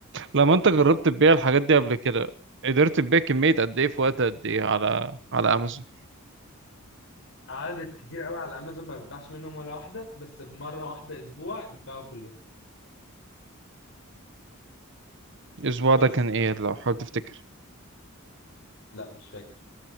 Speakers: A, on the right (about 60°); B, on the left (about 60°).
A: لما انت جربت تبيع الحاجات دي قبل كده قدرت تبيع كمية قد ايه في وقت قد ايه على على امازون
B: عدد كتير قوي على امازون ما بتباعش منهم ولا واحده بس بمره واحده اسبوع اتباعوا كلهم
A: الاسبوع
B: بلس
A: ده كان ايه لو حاول تفتكر
B: لا مش فاكر